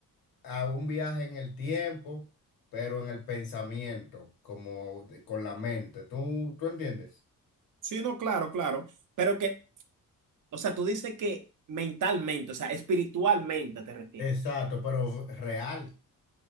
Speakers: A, on the left; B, on the right.
A: a un viaje en el tiempo, pero en el pensamiento, como de- con la mente. ¿Tú, tú entiendes?
B: Sí, no, claro, claro. Pero que, o sea, tú dices que mentalmente, o sea, espiritualmente te refieres.
A: Exacto, pero real.